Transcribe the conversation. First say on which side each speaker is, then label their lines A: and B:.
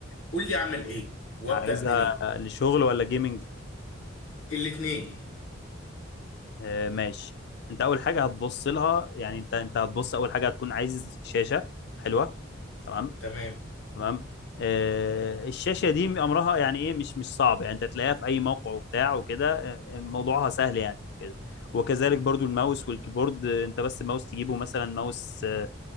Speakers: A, on the left; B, on the left.
A: قول لي اعمل ايه وابدأ
B: عايزها
A: منين
B: لشغل ولا جيمنج
A: الاتنين
B: آه، ماشي انت اول حاجه هتبص لها يعني انت انت هتبص اول حاجه هتكون عايز شاشه حلوه تمام
A: تمام
B: تمام آه، الشاشه دي امرها يعني ايه مش مش صعب يعني انت تلاقيها في اي موقع وبتاع وكده آه، موضوعها سهل يعني كده وكذلك برضو الماوس والكيبورد آه، انت بس الماوس تجيبه مثلا ماوس آه،